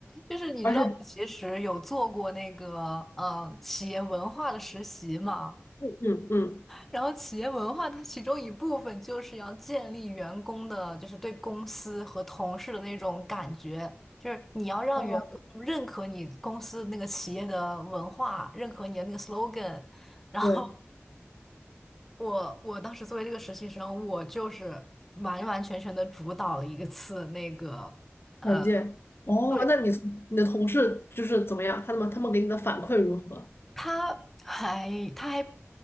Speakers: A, in the centre; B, on the left (about 55°).
A: 就是你知道，
B: 而且，
A: 我其实有做过那个呃企业文化的实习嘛。
B: 嗯嗯嗯
A: 然后企业文化它其中一部分就是要建立员工的，就是对公司和同事的那种感觉，就是你要让员工认可你公司那个企业的文化，
B: 哦，
A: 认可你的那个 slogan，然后。
B: 对，
A: 我我当时作为这个实习生，我就是完完全全的主导了一个次那个，呃，
B: 团建，哦，
A: 对，
B: 那你你的同事就是怎么样？他们他们给你的反馈如何？
A: 他还他还